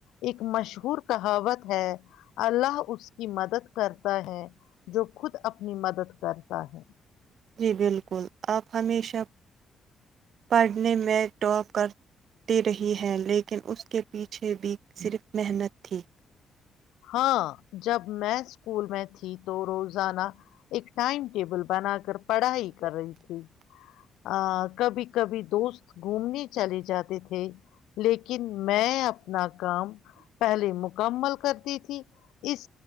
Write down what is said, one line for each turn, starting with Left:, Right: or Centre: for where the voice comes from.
Left: ایک مشہور کہاوت ہے اللہ اس کی مدد کرتا ہے جو خود اپنی مدد کرتا ہے
Right: جی بالکل آپ ہمیشہ پڑھنے میں ٹاپ کرتے رہی ہیں لیکن اس کے پیچھے بھی صرف محنت تھی
Left: ہاں جب میں اسکول میں تھی تو روزانہ ایک ٹائم ٹیبل بنا کر پڑھائی کر رہی تھی ا کبھی کبھی دوست گھومنے چلے جاتے تھے لیکن میں اپنا کام پہلی مک <unintelligible> کمل کر <unintelligible> تھی اس